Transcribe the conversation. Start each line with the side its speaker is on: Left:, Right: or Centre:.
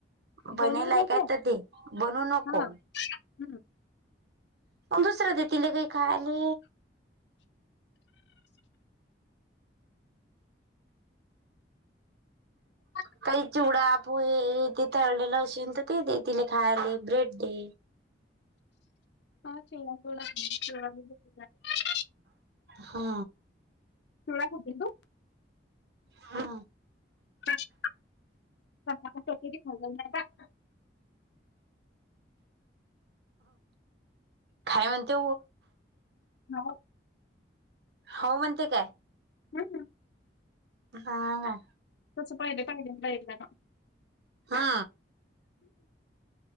Right: बनेलय
Left: बनवून नको
Right: काय तर ते बनू नको.
Left: हा हम्म.
Right: दुसर दे तिला काही खायले.
Left: <unintelligible>
Right: काही चिवडा, पोहे ते तळलेलं असशन तर ते दे तिने खायला ब्रेड दे.
Left: ह <unintelligible>
Right: हा.
Left: चिवडा खातीस देऊ
Right: हा
Left: <unintelligible>
Right: खाय म्हणते
Left: हो.
Right: हो म्हणते काय?
Left: हम्म्म
Right: हा हा.
Left: तसं पाहिले पाहिले पाहिलं ना.
Right: हा.